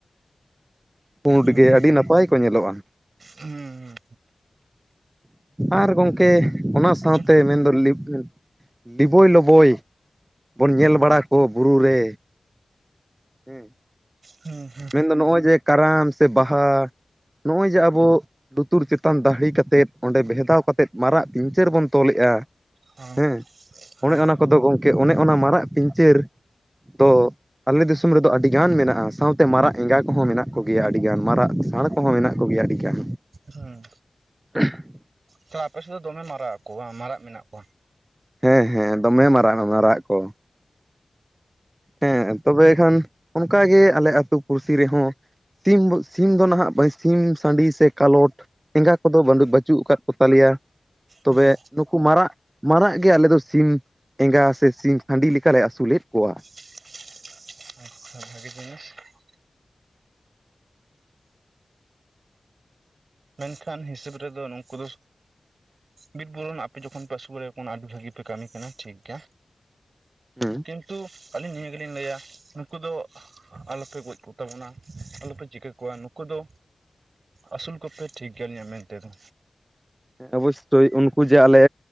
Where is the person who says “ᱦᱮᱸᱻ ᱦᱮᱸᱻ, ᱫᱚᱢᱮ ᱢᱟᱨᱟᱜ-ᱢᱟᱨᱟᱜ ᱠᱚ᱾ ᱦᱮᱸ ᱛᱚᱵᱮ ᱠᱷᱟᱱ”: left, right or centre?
Right